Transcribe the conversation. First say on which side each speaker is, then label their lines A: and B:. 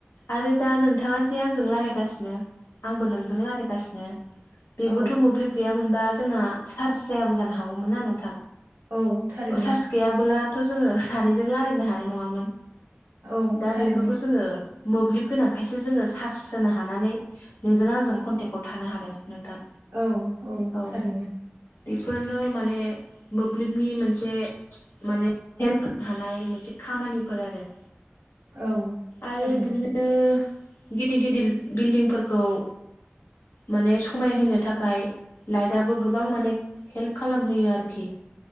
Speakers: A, on the left; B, on the right.
A: आरो दा नोंथाङा जे आंजों रायलायगासिनो आंबो नोंजों रायलायगासिनो
B: औ
A: बेबोथ
B: औ
A: मोब्लिब गैयामोनबा जोंना चार्ज जायाबो जानो हागौमोन ना नोंथां
B: औ थारैनो
A: चार्ज गैयाबोलाथ जोङो सानैजों रायलायनो हानाय नङामोन
B: औ
A: दा
B: थारैनो
A: बेफोरखौ जोङो मोब्लिब गोनांखायसो जोङो सार्स होनो हानानै नोंजों आंजों कनटेक्टआव थानो हादों नोंथां
B: औ
A: औ
B: थारैनो
A: बेफोरनो माने मोब्लिबनि मोनसे माने हेल्प होनो हानाय मोनसे खामानिफोर आरो
B: औ
A: आरो
B: थारैनो
A: बिदिनो गिदिर गिदिर बिल्डिंफोरखौ माने समायहोनो थाखाय लाइटआबो गोबां माने हेल्प खालामहोयो आरोखि